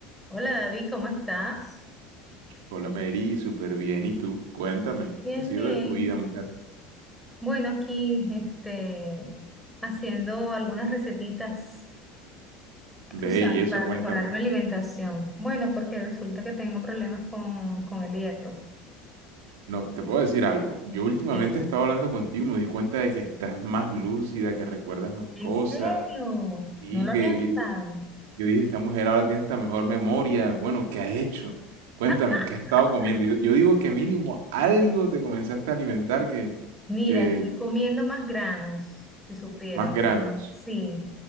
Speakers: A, in the centre; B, on the right.
A: Hola David, ¿cómo estás?
B: Hola Mary, súper bien. ¿Y tú? Cuéntame,
A: Bien,
B: ¿qué ha sido
A: bien.
B: de tu vida, mujer?
A: Bueno, aquí este, haciendo algunas recetitas,
B: Ve
A: tú sabes,
B: y eso,
A: para
B: cuéntame.
A: mejorar mi alimentación. Bueno, porque resulta que tengo problemas con, con el hierro.
B: No, te puedo decir algo. Yo últimamente
A: Mira.
B: he estado hablando contigo, me di cuenta de que estás más lúcida, que recuerdas más
A: ¿En
B: cosas.
A: serio?
B: Sí,
A: No lo
B: que
A: había
B: yo,
A: notado.
B: yo dije, esta mujer ahora tiene esta mejor memoria. Bueno, ¿qué has hecho? Cuéntame,
A: <laughs>
B: ¿qué has estado comiendo? Yo, yo digo que mínimo algo te comenzaste a alimentar que,
A: Mira,
B: que
A: estoy comiendo más granos, si supiera.
B: más granos.
A: Sí,